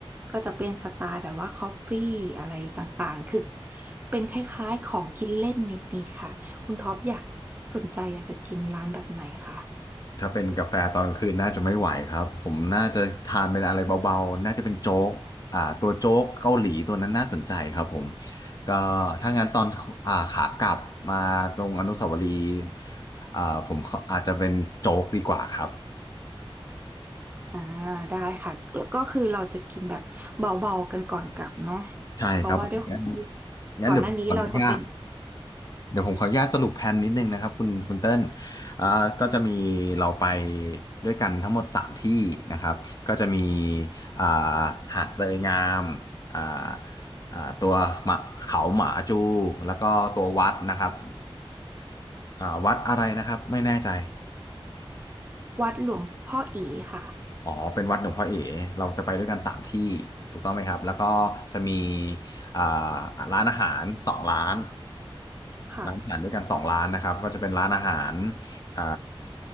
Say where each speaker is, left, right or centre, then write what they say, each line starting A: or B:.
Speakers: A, on the right; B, on the left.
A: ก็จะเป็นสไตล์แบบว่าคอฟฟี่อะไรต่างๆคือเป็นคล้ายๆของกินเล่นนิดๆค่ะคุณท็อปอยากสนใจอยากจะกินร้านแบบไหนคะ
B: ถ้าเป็นกาแฟตอนกลางคืนน่าจะไม่ไหวครับผมน่าจะทานเป็นอะไรเบาๆน่าจะเป็นโจ๊กอ่าตัวโจ๊กเกาหลีตัวนั้นน่าสนใจครับผมก็ถ้างั้นตอนอ่าขากลับมาตรงอนุสาวรีย์อ่าผมขออาจจะเป็นโจ๊กดีกว่าครับ
A: อ่าได้ค่ะแล้วก็คือเราจะกินแบบเบาๆกันก่อนกลับเนาะ
B: ใช่ครับผมงั้น
A: เพราะว่าด้วยของที่
B: งั้นเดี๋ยวผมขออนุญาต
A: ก่อนหน้านี้เราจะเป็น
B: เดี๋ยวผมขออนุญาตสรุปแผนนิดนึงนะครับคุณคุณเติ้ลอ่าก็จะมีเราไปด้วยกันทั้งหมด3ที่นะครับก็จะมีอ่าหาดเตยงามอ่าอ่าตัวหมาเขาหมาจูแล้วก็ตัววัดนะครับอ่าวัดอะไรนะครับไม่แน่ใจ
A: วัดหลวงพ่ออีค่ะ
B: อ๋อเป็นวัดหลวงพ่อเอ๋เราจะไปด้วยกัน3ที่ถูกต้องไหมครับแล้วก็จะมีอ่าร้านอาหาร2ร้าน
A: ค่ะ
B: ร้านอาหารด้วยกันสองร้านนะครับก็จะเป็นร้านอาหารอ่า